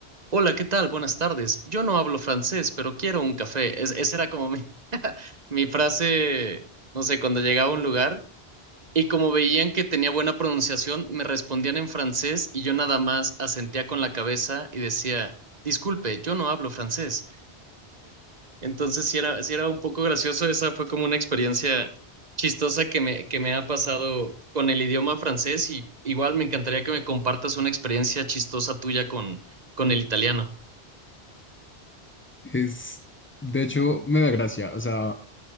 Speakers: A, on the right; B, on the left.
A: hola, ¿qué tal? Buenas tardes. Yo no hablo francés, pero quiero un café. Es- esa era como mi, <laughs> mi frase, no sé, cuando llegaba a un lugar. Y como veían que tenía buena pronunciación, me respondían en francés y yo nada más asentía con la cabeza y decía, disculpe, yo no hablo francés. Entonces sí era, sí era un poco gracioso, esa fue como una experiencia chistosa que me, que me ha pasado con el idioma francés y igual me encantaría que me compartas una experiencia chistosa tuya con, con el italiano.
B: es, de hecho, me da gracia, o sea,